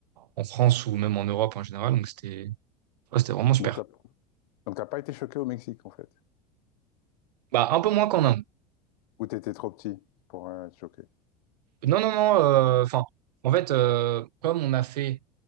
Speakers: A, on the right (about 80°); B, on the left (about 70°).
A: en France ou même en Europe en général, donc c'était ouais, c'était vraiment super.
B: Donc, t'as donc t'as pas été choqué au Mexique, en fait.
A: Bah, un peu moins qu'en Inde.
B: Ou t'étais trop petit pour euh, être choqué.
A: Non, non, non, euh, enfin, en fait, euh, comme on a fait,